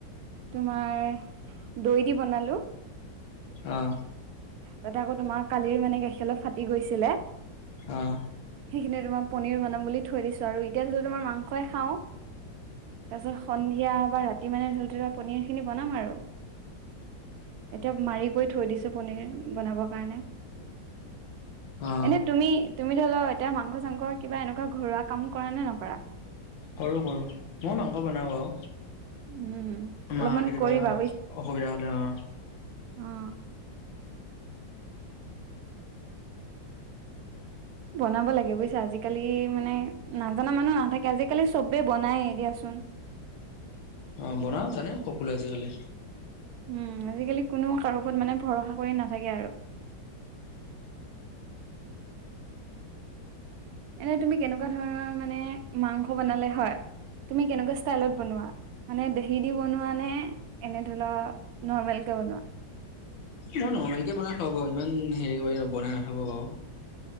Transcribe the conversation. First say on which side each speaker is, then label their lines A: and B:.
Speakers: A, on the right; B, on the left.
A: তোমাৰ দৈ দি বনালো।
B: অঁ।
A: তাতে আকৌ তোমাৰ কালিৰ মানে গাখীৰ অলপ ফাটি গৈছিলে।
B: অঁ।
A: সেইখিনি তোমাৰ পনীৰ বনাম বুলি থৈ দিছো আৰু এতিয়া ধৰি লোৱা তোমাৰ মাংসই খাওঁ তাৰ পিছত সন্ধিয়া বা ৰা তি মানে ধৰি লোৱা পনিৰ খিনি বনাম আৰু এতিয়া মাৰি কৰি থৈ দিছো। পনীৰ বনাবৰ কাৰণে।
B: অ অ
A: এনে তুমি তুমি ধৰি লোৱা এতিয়া মাংস চাংস কিবা এনেকুৱা ঘৰুৱা কাম কৰা নে নকৰা?
B: কৰোঁ কৰোঁ মই মাংস বনাও আৰু
A: উম অলপমান
B: মাঁ কেতিয়াবা
A: কৰিবা
B: অসুবিধা হলে অঁ।
A: অঁ। বনাব লাগে বুজিছা আজিকালি মানে নাজানা মানুহ নাথাকে আজিকালি চবে বনায় দিয়াচোন।
B: অ' বনাব জানে সকলোৱে আজিকালি।
A: উম, আজিকালি কোনো কাৰো ওপৰত মানে ভৰসা কৰি নাথাকে আৰু। এনে তুমি কেনেকুৱা ধৰণৰ মানে মাংস বনালে হয় তুমি কেনেকুৱা ষ্টাইলত বনোৱা? মানে দহি দি বনোৱা নে এনে ধৰি লও নৰ্মেল কে বনোৱা?
B: মই নৰ্মেল কে বনাই খাব পাৰো ইমান হেৰি কৰি বনাই নাথাক বাৰু।